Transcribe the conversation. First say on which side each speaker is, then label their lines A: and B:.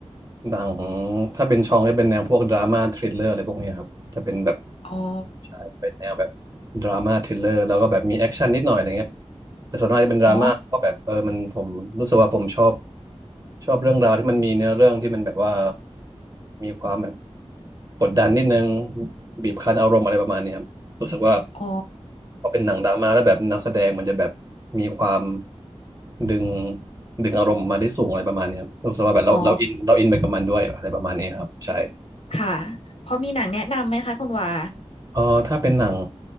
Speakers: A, on the right (about 35°); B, on the left (about 65°).
A: หนังถ้าเป็นช่องจะเป็นแนวพวกดราม่าทริลเลอร์อะไรพวกเนี้ยครับจะเป็นแบบ
B: อ๋อ
A: ใช่เป็นแนวแบบดราม่าทริลเลอร์แล้วก็แบบมีแอคชั่นนิดหน่อยอะไรเงี้ยแต่ส่วนมากจะเป็นดราม่าเพราะแบบเออมันผมรู้สึกว่าผมชอบ
B: อ๋อ
A: ชอบเรื่องราวที่มันมีเนื้อเรื่องที่มันแบบว่ามีความแบบกดดันนิดนึงบีบคั้นอารมณ์อะไรประมาณเนี้ยครับรู้สึกว่า
B: อ๋อ
A: พอเป็นหนังดราม่าแล้วแบบนักแสดงมันจะแบบมีความดึงดึงอารมณ์มาได้สูงอะไรประมาณเนี้ยครับรู้สึกว่าแบบเราเราอินเราอินไปกับมันด้วยอะไรประมาณนี้ครับใช่
B: อ๋อค่ะพอมีหนังแนะนำไหมคะคุณวา
A: เออถ้าเป็นหนัง